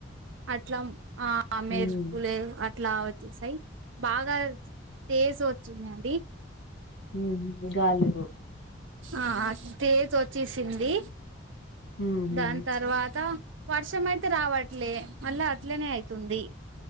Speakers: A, on the right; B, on the left.
A: అట్లా ఆ మేరుపులే
B: ఉమ్
A: అట్ ఇట్లా వచ్చేసాయి బాగ తేజ్ వచ్చిందండి
B: హ్మ్ గాలీలు
A: ఆ తేజ ఓచ్చేసింది
B: ఉహు
A: దాన్ తర్వాత వర్షం అయితే రావట్లే మళ్ళ అట్లనే అయితుంది